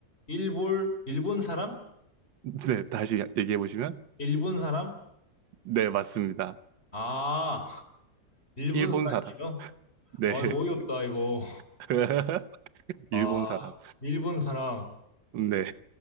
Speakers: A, on the left (about 30°); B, on the right (about 75°).
A: 일볼, 일본 사람?
B: <laughs> 네, 다시 얘기해 보시면
A: 일본 사람?
B: 네, 맞습니다.
A: 아, <laughs> 일본
B: 일본
A: 사람이요?
B: 사람. 네.
A: 와, 이거 어이없다, 이거.
B: <laughs>
A: 아,
B: 일본 사람.
A: 일본 사람.
B: 네.